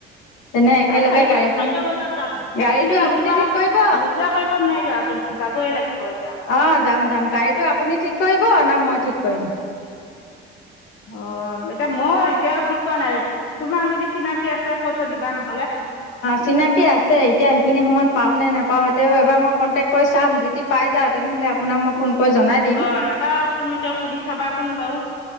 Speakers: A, on the left; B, on the left.
A: তেনে একেলগে
B: এ চাৰিটা,
A: গাড়ীখন
B: চাৰিটা বজাত যাম কিন্তু
A: গাড়ীটো আপুনি
B: নোযোৱা
A: ঠিক কৰিব
B: নোযোৱা কৰিব নোৱাৰিবা কিন্তু যাবই লাগিব এতিয়া
A: অ যাম যাম গাড়ীটো আপুনি ঠিক কৰিব না মই ঠিক কৰিম
B: অঁ', এতিয়া মই এতিয়াও ঠিক কৰা নাই, তোমাৰ যদি চিনাকি আছে কৈ থৈ দিবা ন
A: চিনাকি আছে এতিয়া সেইখিনি সময়ত পাওঁ নে নাপাওঁ, তেওঁ এবাৰ মই কণ্টেক্ট কৰি চাম। যদি পাই যাওঁ তেনেহ'লে আপোনাক মই ফোন কৰি জনাই দিম
B: অঁ' এবাৰ তুমি তেওঁক সুধি চাবাচোন বাৰু